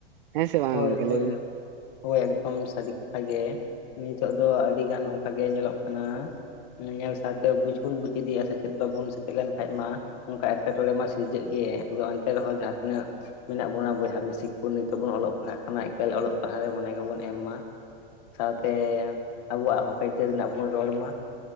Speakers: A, on the right; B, on the left.
A: ᱦᱮᱸ ᱥᱮ ᱵᱟᱝ
B: ᱦᱳᱭ
A: ᱜᱚᱝᱠᱮ
B: ᱦᱳᱭ᱾
A: ᱞᱟᱹᱭ ᱵᱤᱱ
B: ᱦᱳᱭ ᱮᱠᱫᱚᱢ ᱥᱟᱹᱨᱤ ᱠᱟᱛᱷᱟ ᱜᱮ ᱱᱤᱛᱚᱜ ᱫᱚ ᱟᱹᱰᱤ ᱜᱟᱱ ᱚᱱᱠᱟ ᱜᱮ ᱧᱮᱞᱚᱜ ᱠᱟᱱᱟ᱾ ᱧᱮᱞ ᱥᱟᱣ ᱛᱮ ᱵᱩᱪ ᱵᱚᱱ ᱵᱩᱡ ᱤᱫᱤᱭᱟ ᱥᱮᱪᱮᱫ ᱫᱚᱵᱚᱱ ᱥᱮᱪᱮᱫ ᱞᱮᱱᱠᱷᱟᱡ ᱢᱟ ᱚᱱᱠᱟ ᱮᱴᱠᱮᱴᱚᱬᱮ ᱢᱟ ᱥᱤᱨᱡᱟᱹᱜ ᱜᱮ ᱟᱫᱚ ᱮᱱᱛᱮ ᱨᱮᱦᱚᱸ ᱡᱟᱦ ᱛᱤᱱᱟᱹᱜ ᱢᱮᱱᱟᱜ ᱵᱚᱱᱟ ᱵᱚᱭᱦᱟ ᱢᱤᱥᱤ ᱠᱚ ᱱᱤᱛᱚᱜ ᱵᱚᱱ ᱚᱞᱚᱜ ᱯᱟᱲᱦᱟᱜ ᱠᱟᱱᱟ ᱮᱠᱟᱞ ᱚᱞᱚᱜ ᱯᱟᱲᱦᱟᱜ ᱨᱮ ᱢᱚᱱᱮ ᱜᱮᱵᱚᱱ ᱮᱢ ᱢᱟ᱾ ᱥᱟᱶᱛᱮ ᱟᱵᱚᱣᱟᱜ ᱦᱚᱠ ᱟᱹᱭᱫᱟᱹᱨ ᱨᱮᱱᱟᱜ ᱵᱚᱱ ᱨᱚᱲᱢᱟ᱾